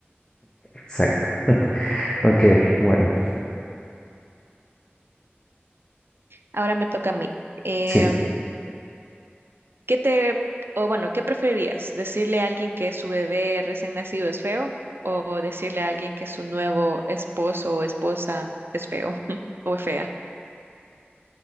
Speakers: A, on the left (about 20°); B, on the right (about 65°).
A: Exacto. <laughs> Ok, bueno,
B: Ahora me toca a mí. Em,
A: sí.
B: ¿Qué te, o bueno, qué preferirías? ¿Decirle a alguien que su bebé recién nacido es feo o decirle a alguien que su nuevo esposo o esposa es feo <laughs> o es fea?